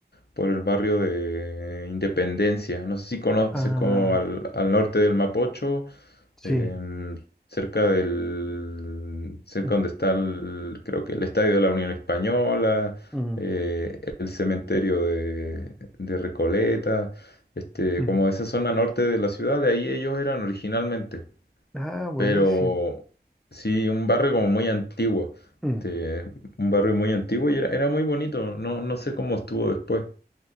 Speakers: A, on the left; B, in the centre.
A: por el barrio de Independencia. No sé si conoces
B: Ah,
A: como al, al norte del Mapocho
B: sí.
A: em, cerca del, cerca
B: Mm,
A: donde está el, creo que el Estadio de la Unión Española,
B: mm,
A: eh, el cementerio de, de Recoleta, este,
B: mm.
A: como esa zona norte de la ciudad, de ahí ellos eran originalmente,
B: Ah, buenísimo.
A: pero sí, un barrio como muy antiguo.
B: Mm,
A: Este, un barrio muy antiguo y era, era muy bonito, no, no sé cómo estuvo después.